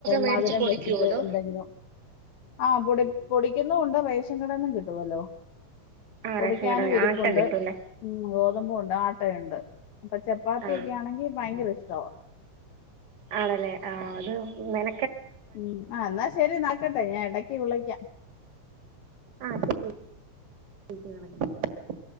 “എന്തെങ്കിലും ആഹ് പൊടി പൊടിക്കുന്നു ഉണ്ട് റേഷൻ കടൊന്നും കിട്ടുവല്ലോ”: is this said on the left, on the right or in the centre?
Left